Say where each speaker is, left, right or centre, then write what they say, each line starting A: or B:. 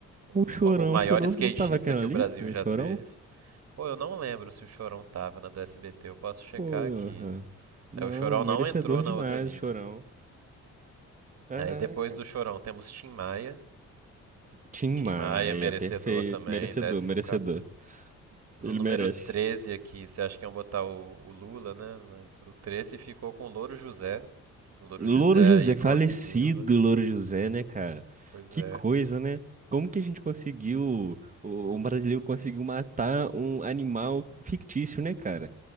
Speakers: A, on the right (about 55°); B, on the right (about 25°).
A: Um-
B: O Chorão,
A: o maior
B: o Chorão
A: skatista
B: não tava aqui na
A: que
B: lista?
A: o Brasil
B: O
A: já
B: Chorão?
A: teve. Pô, eu não lembro se o Chorão tava na do SBT. Eu posso checar
B: Porra.
A: aqui.
B: Não,
A: É, o Chorão
B: merecedor
A: não entrou na
B: demais,
A: outra lista.
B: o Chorão. Caraca.
A: Aí depois do Chorão temos Tim Maia.
B: Tim
A: Tim
B: Maia,
A: Maia, merecedor
B: perfeito,
A: também.
B: merecedor, merecedor.
A: 14... No
B: Ele
A: número
B: merece.
A: 13 aqui, você acha que iam botar o, o Lula, né? Mas o 13 ficou com o Louro José. O Louro
B: Louro
A: José
B: José,
A: aí conseguindo.
B: falecido Louro José, né, cara?
A: Pois
B: Que
A: é,
B: coisa, né? Como que a gente conseguiu, o- um brasileiro conseguiu matar um animal fictício, né, cara?